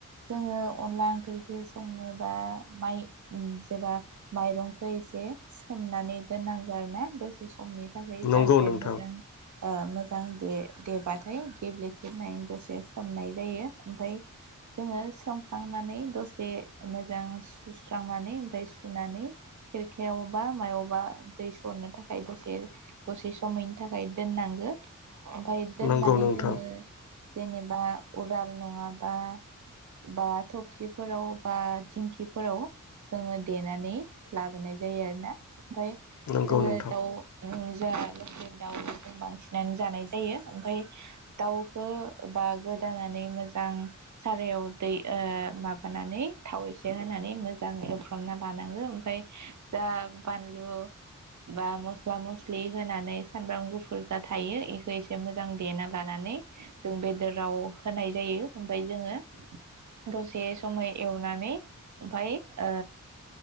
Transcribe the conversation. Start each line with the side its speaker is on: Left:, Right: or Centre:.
Right: जोङो अनला ओंख्रिखौ संनोबा माइ जेबा माइरंखौ एसे सोमनानै दोननांगौ आरोना दसे स खमनि थाखाय
Left: नंगौ
Right: जाहाथे
Left: नोंथां
Right: मोजां ओ मोजां। दां दे देबाथाय गेब्लेथो होनानै दसे सोमनाय जायो। ओमफाय जोङो सोमखांनानै दसे मोजां सुस्रांनानै ओमफ्राय सुनानै खेरखायावबा मायावबा दै सरनो थाखाय दसे दसे समैनो थाखाय दोननांगो। ओमफाय दोननानै
Left: नंगौ नोंथां
Right: जोङो। जेनेबा अदाब नङाबा बा थबसिफोराव बा थिंखिफोराव जोङो देनानै लाबोनाय जायो आरो ना। ओमफाय
Left: नंगौ
Right: जोङो
Left: नोंथां
Right: दाउ ओ। जों लकेल दाउ जों बांसिनानो जानाय जायो ओमफाय दाउखौ बा गोदानान नै मोजां सारायाव दै ओ माबानानै थाव एसे होनानै मोजां एवफ्रामना लानांगो ओमफाय दा बानलु बा मस्ला मस्लि होनानै सानब्राम गुफुर जा थायो इखौ एसे मोजां देना लानानै जों बेदराव होनाय जायो ओमफाय जोङो दसे समय एवनानै ओमफाय ओ